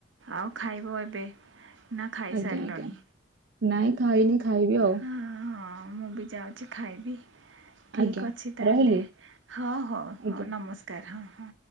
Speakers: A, on the right (about 85°); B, on the right (about 65°).
A: ଆଉ ଖାଇବ ଏବେ ନା ଖାଇସାରିଲଣି।
B: ଆଜ୍ଞା ଆଜ୍ଞା ନାଇଁ ଖାଇନି ଖାଇବି ଆଉ।
A: ହଁ ହଁ ମୁଁ ବି ଯାଉଛି ଖାଇବି ଠିକ୍
B: ଆଜ୍ଞା
A: ଅଛି ତାହେଲେ
B: ରହିଲି
A: ହଉ ହଉ
B: ଆଜ୍ଞା
A: ହଉ ନମସ୍କାର। <unintelligible>